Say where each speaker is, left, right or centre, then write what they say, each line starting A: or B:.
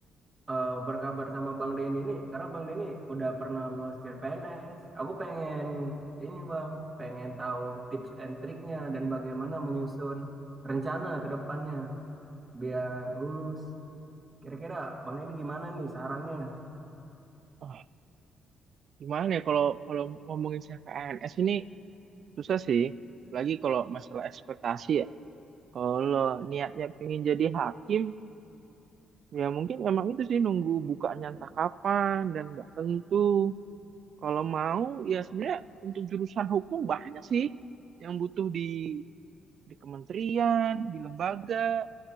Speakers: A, on the right; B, on the right.
A: eh, berkabar sama Bang Denny ini karena Bang Denny udah pernah lolos CPNS. Aku pengen ini Bang, pengen tahu tips and triknya dan bagaimana menyusun rencana ke depannya biar lulus. Kira-kira Bang Denny gimana nih sarannya?
B: Ah, gimana ya kalau kalau ngomongin CPNS ini susah sih. Lagi kalau masalah ekspektasi ya. Kalau niatnya pengen jadi hakim, Ya mungkin emang itu sih nunggu bukaannya entah kapan dan nggak tentu. Kalau mau ya sebenarnya untuk jurusan hukum banyak sih yang butuh di di kementerian, di lembaga,